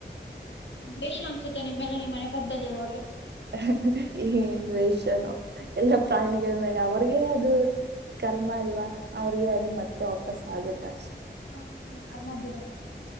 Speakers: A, on the left; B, on the right.
A: ದ್ವೇಷ ಅನ್ಸುತ್ತೆ ನಿಮ್ ಮೆಲೆ ನಿಮ್ಮ ಮನೆ ಪಕ್ದಲ್ಲಿ ಇರೋರಿಗೆ.
B: <unintelligible> ಏನ್ ದ್ವೇಷಾನೊ. ಎಲ್ಲ ಪ್ರಾಣಿಗಳ ಮೇಲೆ ಅವ. ಅವ್ರಿಗೆ ಅದು ಕರ್ಮ ಅಲ್ವಾ ಅವ್ರಿಗೆ ಅದು ಮತ್ತೆ ವಾಪಸ್ ಆಗತ್ತ ಅಷ್ಟೇ.
A: ಹ ಕರ್ಮ ಬಿಡಲ್ಲ.